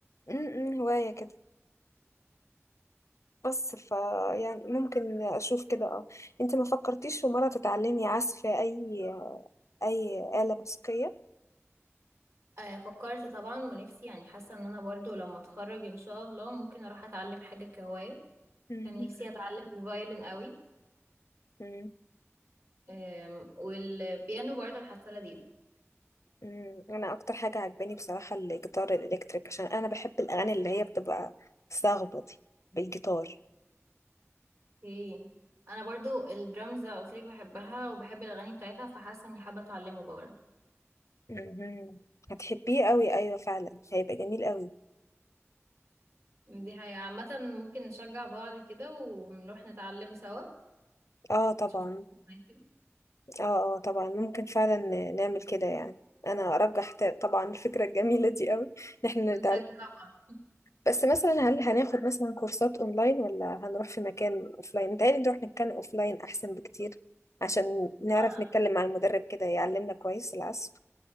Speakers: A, on the left (about 80°); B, on the right (about 65°).
A: امم هواية كده بس ف يعني ممكن اشوف كده اه انت ما فكرتيش في مرة تتعلمي عزف اي أي آلة موسيقية
B: آه فكرت طبعا ونفسي يعني حاسة ان انا برضو لما اتخرج ان شاء الله ممكن اروح اتعلم حاجة كهواية
A: مم.
B: كان نفسي اتعلم الفايولين قوي
A: مم.
B: آم، والبيانو برضو حاسة لذيذ
A: مم. أنا أكتر حاجة عجباني بصراحة الجيتار الإلكتريك عشان أنا بحب الأغاني اللي هي بتبقى صاخبة دي بالجيتار
B: اوكي انا برضو الدرامز قلت لك بحبها وبحب الاغاني بتاعتها فحاسه اني حابه اتعلمه برضو
A: مم. هتحبيه قوي أيوة فعلا هيبقى جميل قوي
B: دي هي عامه ممكن نشجع بعض كده ونروح نتعلم سوا
A: اه طبعا
B: شوف <laughs>
A: اه اه طبعا ممكن فعلا نعمل كده يعني أنا أرجح ت- طبعا الفكرة الجميلة دي قوي إن احنا
B: ونشجع
A: نتعلم
B: بعض
A: بس مثلا هل هناخد مثلا كورسات اونلاين ولا هنروح في مكان اوفلاين متهيألي نروح نتكلم اوفلاين احسن بكتير عشان نعرف
B: آه،
A: نتكلم مع المدرب كده يعلمنا كويس العزف